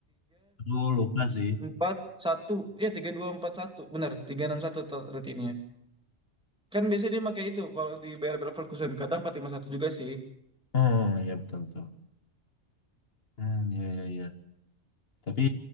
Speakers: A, on the left; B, in the centre.
A: aku lupa sih.
B: 3241. Iya, tiga dua empat satu Benar, tiga enam satu rutinnya. Kan biasanya dia pakai itu kalau di Bayer Leverkusen. Kadang empat lima satu juga sih.
A: Hmm, iya betul betul. Hmm, iya, iya, iya. Tapi